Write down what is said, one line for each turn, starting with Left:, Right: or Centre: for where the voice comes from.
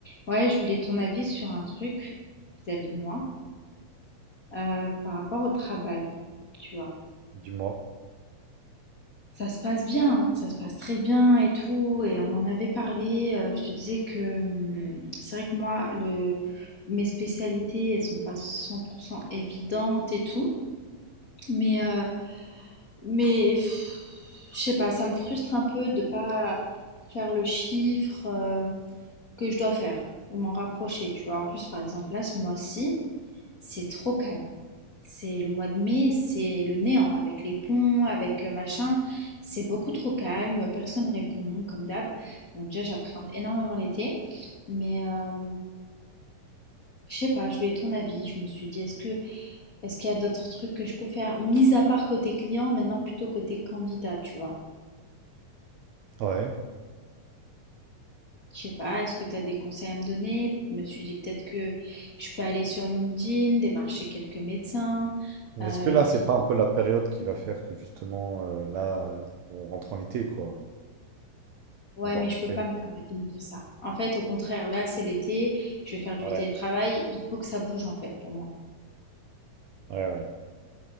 Left: Ouais, je voulais ton avis sur un truc vis-à-vis de moi, euh, par rapport au travail, tu vois.
Right: Dis-moi.
Left: Ça se passe bien, hein, ça se passe très bien et tout, et on en avait parlé. euh, je te disais que hum, c'est vrai que moi, le, mes spécialités, elles sont pas 100% évidentes et tout, mais, euh, mais pff, je sais pas, ça me frustre un peu de pas faire le chiffre euh, que je dois faire ou m'en rapprocher, tu vois. En plus, par exemple, là, ce mois-ci, C'est trop calme. C'est le mois de mai, c'est le néant avec les ponts, avec euh, machin. C'est beaucoup trop calme, personne répond comme d'hab. Donc déjà j'appréhende énormément l'été, mais euh, je sais pas, je voulais ton avis. Je me suis dit est-ce que est-ce qu'il y a d'autres trucs que je peux faire mis à part côté client, maintenant plutôt côté candidat, tu vois.
Right: Ouais.
Left: Je sais pas, est-ce que tu as des conseils à me donner? Je me suis dit peut-être que je peux aller sur LinkedIn, démarcher quelques médecins,
Right: Mais
Left: euh,
Right: est-ce que
Left: leur
Right: là,
Left: proposer.
Right: c'est pas un peu la période qui va faire que justement, euh, là, on rentre en été, quoi.
Left: Ouais,
Right: On va
Left: mais
Right: rentrer.
Left: je peux pas me permettre de me dire ça. En fait, au contraire, là, c'est l'été, je vais faire du
Right: Ouais,
Left: télétravail, il faut que ça bouge en fait pour moi.
Right: ouais, ouais.